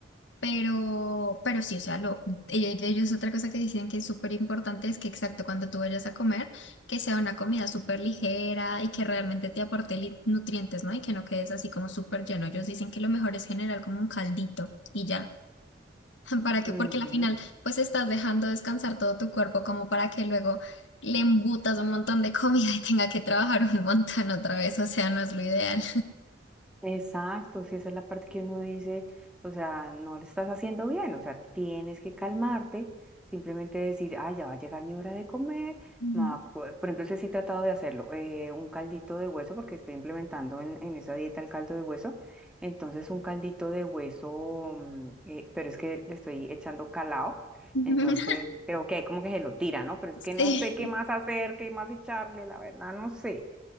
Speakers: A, on the left; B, in the centre.
A: Pero, pero sí, o sea, lo, e- ellos otra cosa que dicen que es súper importante es que exacto cuando tú vayas a comer, que sea una comida súper ligera y que realmente te aporte li- nutrientes, ¿no? Y que no quedes así como súper lleno. Ellos dicen que lo mejor es generar como un caldito y ya. <laughs> ¿Para qué?
B: Ujú.
A: Porque al final, pues estás dejando descansar todo tu cuerpo como para que luego le embutas un montón de comida y tenga que trabajar un <laughs> montón otra vez. O sea, no es lo ideal.
B: Exacto, si esa es la parte que uno dice, o sea, no lo estás haciendo bien, o sea, tienes que calmarte, simplemente decir, ah, ya va a llegar mi hora de comer.
A: Ujú.
B: me va a co- Por ejemplo, ese sí he tratado de hacerlo, eh, un caldito de hueso, porque estoy implementando en, en esa dieta el caldo de hueso, entonces un caldito de hueso, mm, eh, pero es que le estoy echando calao,
A: <laughs>
B: entonces creo que hay como que se lo tira, ¿no? Pero es
A: Sí,
B: que no sé qué más hacer, qué más echarle, la verdad, no sé.